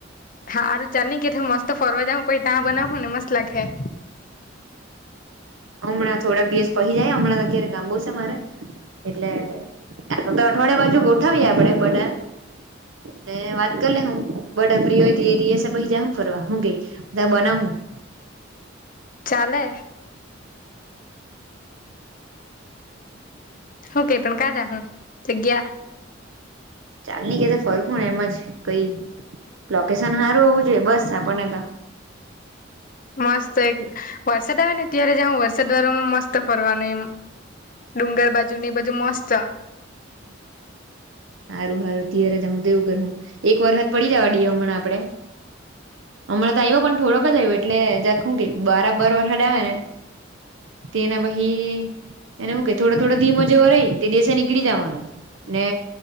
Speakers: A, on the left; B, on the right.
A: હા અ ચાલ ની કે હું મસ્ત ફરવા જઈ પછી ત્યાં બનાવ હુ ને મસ્ત લાગેે
B: હમણાં થોડાક દિવસ પહી જાય હમણાં અગરે કામ બો છે મારે એટલે આ તો અઠવાડિયા બાજુ ગોઠવીએ આપડે બધા વાત કરી લે હું બટા ફ્રી હોય એ દિવસે પહી જા હું ફરવા હું કે ત્યાં બનાહુ <inaudible>
A: ચાલે હું કે પણ કા જા હું જગ્યા
B: ચાલી ની કેથે ફરહું એમ જ કઈ લોકેશન હારું હોવું જોઈએ બસ આપણને તો
A: મસ્ત એક વરસાદ આવે ને ત્યારે જહુ વરસાદ વારમાં મસ્ત ફરવાનું એમ ડુંગર બાજુની બધું મસ્ત
B: <inaudible> હારું હારું ત્યારે જહું તો એવું કરહું એક વારહાદ પડી જવા દીયે હમણા આપડે હમણાં તો આવ્યો પણ થોડોક જ આવ્યો એટલે જખું કે બાર બર વરહાદ આવે ને તેના વહી એને હું કે થોડો થોડો ધીમો જેવો રહી તે દેસે નીકળી જવાનું ને